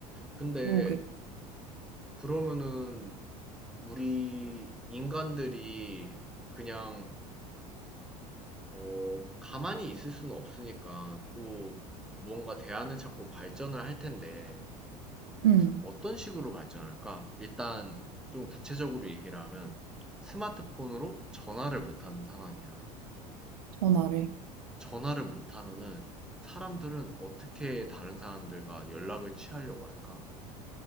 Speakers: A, in the centre; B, on the right.
A: 근데
B: 그러게.
A: 그러면은 우리 인간들이 그냥 어, 가만히 있을 수는 없으니까 또 무언가 대안을 찾고 발전을 할 텐데
B: 응,
A: 어떤 식으로 발전할까? 일단 좀 구체적으로 얘기를 하면 스마트폰으로 전화를 못 하는 상황이야.
B: 전화를.
A: 전화를 못 하면은 사람들은 어떻게 다른 사람들과 연락을 취하려고 할까?